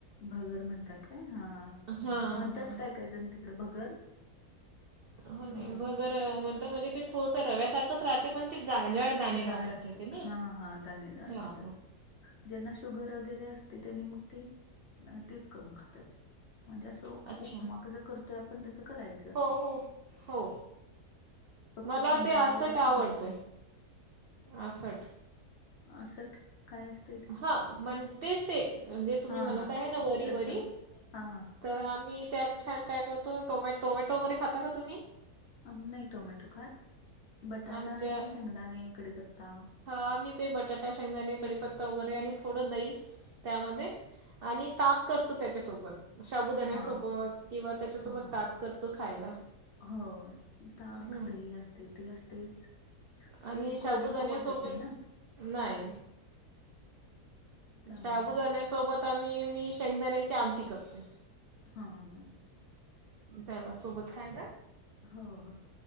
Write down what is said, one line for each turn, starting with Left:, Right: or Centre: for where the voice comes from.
Left: भगर म्हणतात काय?, हा
Right: हां,
Left: म्हणत्यात
Right: हां.
Left: काय काय जण तिकडे भगर.
Right: हो नाही
Left: हा
Right: भगर अ म्हणतात, म्हणजे ते थोडसं रव्यासारखंच राहते पण ते जाड जाड दाणे
Left: जाड
Right: राहतात
Left: असते,
Right: त्याचे ना.
Left: हा हा दाने जाड
Right: हां,
Left: असतात,
Right: हां.
Left: ज्यांना शुगर वगैरे असत ते त्यांनी मग ते तेच करून खातात, म्हणजे असं
Right: अच्छा
Left: उपमा कस कर तोय आपण तसं कराय
Right: हो हो हो
Left: फक्त
Right: मला
Left: कांदा
Right: ते
Left: वगैरे
Right: आसट
Left: त्यात घालायचं
Right: आवडतय
Left: नाही
Right: आसट
Left: आसट काय असत?
Right: हा म्हण तेच ते, म्हणजे तुम्ही
Left: हा
Right: म्हणत
Left: हा.
Right: आहे ना वरी
Left: तसं
Right: वरी
Left: हा
Right: तर आम्ही त्याच्यात काय करतो, टोमॅटो वगैरे खाता का तुम्ही?
Left: आम्ही नाही टोमॅटो खात, बटाटा
Right: आमच्या
Left: आणि शेंगदाणे कडीपत्ता
Right: हा आम्ही ते बटाटा, शेंगदाणे आणि कडीपत्ता वगैरे आणि थोडं दही त्यामध्ये आणि ताक करतो त्याच्यासोबत. शाबुदाण्यासोबत
Left: हा
Right: किंवा त्याच्यासोबत
Left: हा.
Right: ताक करतो खायला.
Left: हो ताक,
Right: हम्म
Left: दही हे असतय, ते असतयच
Right: आणि
Left: ती
Right: शाबुदाण्यासोबत
Left: कोरडी खाऊ वाटत नाही ना.
Right: नाही,
Left: त्यामुळं
Right: शाबुदान्यासोबत आता मी मी शेंगदाण्याची आमटी करतो.
Left: हा हा
Right: त्याला सोबत खायला?
Left: हो हो,